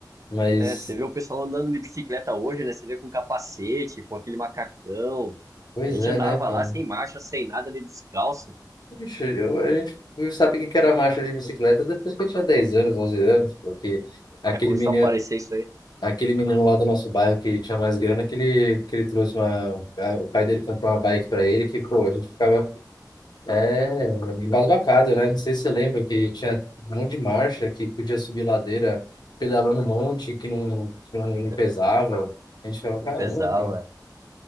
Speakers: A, on the left; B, on the right.
A: mas,
B: né? Você vê o pessoal andando de bicicleta hoje, né? Você vê com capacete, com aquele macacão.
A: pois
B: A gente
A: é,
B: andava
A: né, cara?
B: lá sem marcha, sem nada, ali descalço,
A: Ixi, eu, a gente sabe o que que era marcha de bicicleta depois que eu tinha 10 anos, 11 anos, porque aquele
B: né? Começou
A: menino,
B: a aparecer isso aí.
A: aquele menino lá do nosso bairro que tinha mais grana, que ele, que ele trouxe uma, a- o pai dele comprou uma bike pra ele, que, pô, a gente ficava É, embasbacado, né? Não sei se você lembra que tinha um monte de marcha que podia subir ladeira pedalando um monte que não, que não, não
B: <laughs>
A: pesava. A gente ficava, caramba,
B: Não pesava,
A: cara,
B: é.